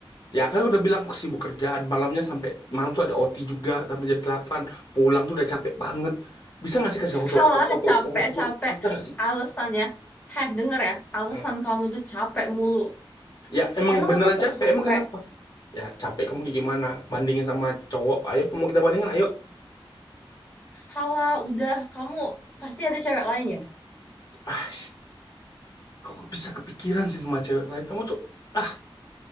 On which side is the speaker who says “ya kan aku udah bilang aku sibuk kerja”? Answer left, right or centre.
Left